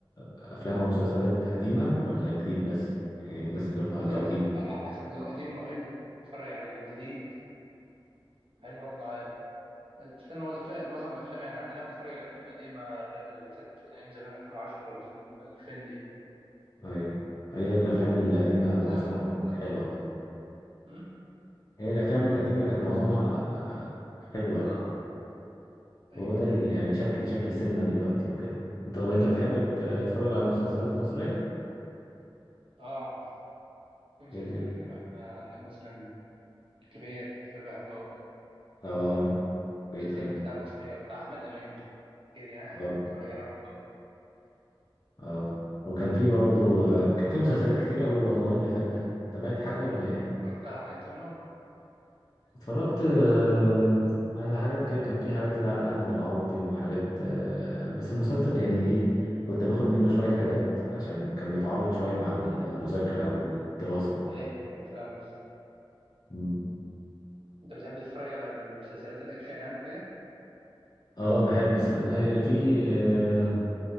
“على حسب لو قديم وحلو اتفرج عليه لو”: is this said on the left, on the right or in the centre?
Right